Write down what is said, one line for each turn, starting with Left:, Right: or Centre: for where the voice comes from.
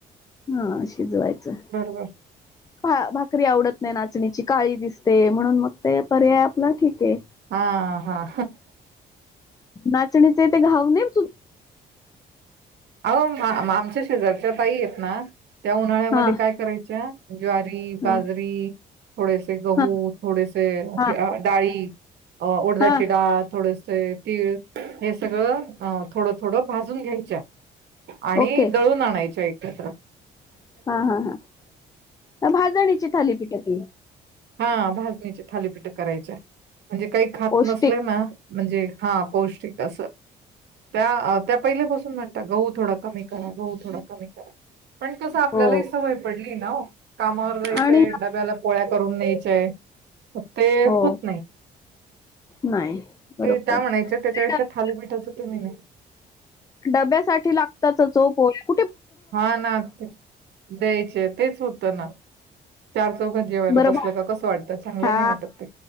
Left: हा शिजवायचं.
Right: बरोबर.
Left: काही भाकरी आवडत नाही नाचणीची. काळी दिसते म्हणून मग ते पर्याय आपला ठीक आहे.
Right: हां. हा
Left: नाचणीचे ते घाऊ न तु
Right: अह आमच्या शेजारच्या ता म त्या उन्हाळ्यामध्ये
Left: हा
Right: काय करायच्या ज्वारी
Left: हा
Right: बाजरी थोडेसे गहू
Left: हा
Right: थोडेसे
Left: हा
Right: डाळी अ उडदची
Left: हा
Right: डाळ थोड तीळ हे सगळं अ थोडं थोडं भाजून घ्यायच्या आणि
Left: ओके
Right: दळून आणायच एक <unintelligible>
Left: हा हा हा भाजणीची थालीपीठाक
Right: हा भाजणीचे थालीपीठ करायचे म्हणजे काही खात
Left: पौष्टिक
Right: नसले ना म्हणजे हा पौष्टिक असं त्या त्या पहिल्यापासून म्हण ता गहू थोडा कमी करा गहू थोडा कमी करा पण कसं आपल्याला
Left: हो
Right: ह सवय पडली ना कामावर जायचंय
Left: आणि
Right: डब्याला पोळ्या करून न्यायचय ते
Left: हो
Right: होत नाही
Left: नाही बरोबर
Right: ते त्या
Left: आहे.
Right: म्हणायच त्याच्यापेक्षा
Left: ते डब
Right: थाली पिठायच तुम्ही नाही
Left: डब्यासाठी लागताच <unintelligible>
Right: हा ना द्यायचे तेच होतं ना चार चौघात जेवायला
Left: बरोबर
Right: बसलं का कसं वाटतं, चांगलं
Left: हा
Right: नाही वाटत ते.